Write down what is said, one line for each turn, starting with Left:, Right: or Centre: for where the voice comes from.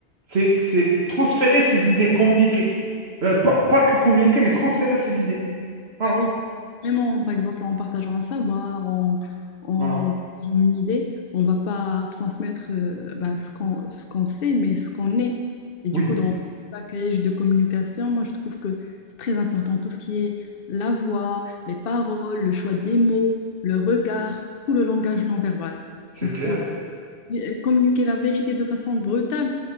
Right: c'est, c'est transférer ses idées, communiquer. Euh, pas, pas que communiquer, mais transférer ses idées. Voilà,
Left: Ben oui, même en, par exemple en partageant un savoir, en, en
Right: voilà.
Left: partageant une idée, on ne va pas transmettre euh, ben, ce qu'on ce qu'on sait, mais ce qu'on est. Et du
Right: Oui,
Left: coup, dans le package de communication, moi je trouve que c'est très important tout ce qui est la voix, les paroles, le choix des mots, le regard, tout le langage non verbal.
Right: c'est
Left: Parce
Right: clair.
Left: que euh, communiquer la vérité de façon brutale,